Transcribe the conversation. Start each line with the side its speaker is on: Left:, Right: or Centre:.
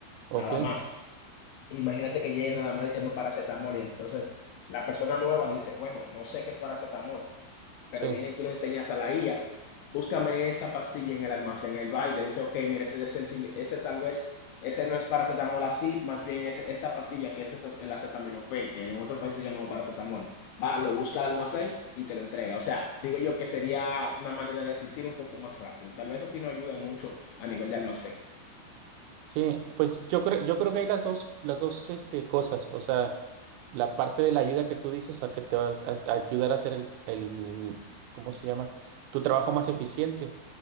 Right: ok,
Left: nada más. Imagínate que llegue nada más diciendo paracetamol y entonces la persona nueva dice, bueno, no sé qué es paracetamol pero
Right: sí.
Left: viene y tú le enseñas a la IA, búscame esta pastilla en el almacén, el va y te dice, ok, mire, ese, es el sin- ese tal vez, ese no es paracetamol así, más bien es esta pastilla que es esa- el acetaminofén, que en otro país se llama paracetamol. Va, lo busca al almacén y te lo entrega. O sea, digo yo que sería una manera de asistir un poco más rápido. Tal vez así no ayuda mucho a nivel de almacén.
Right: Sí, pues yo creo, yo creo que hay las dos, las dos este, cosas. O sea, la parte de la ayuda que tú dices, o sea, que te va a, a ayudar a hacer el, el, ¿cómo se llama? Tu trabajo más eficiente.